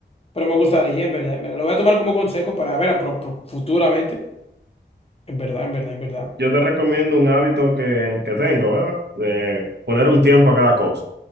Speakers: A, on the left; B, on the right.
A: Pero me gustaría, en verdad, en verdad. Lo voy a tomar como consejo para ver a pro- pro- futuramente. En verdad, en verdad, en verdad.
B: Yo te recomiendo un hábito que, que tengo, ¿verdad? De poner un tiempo a cada cosa.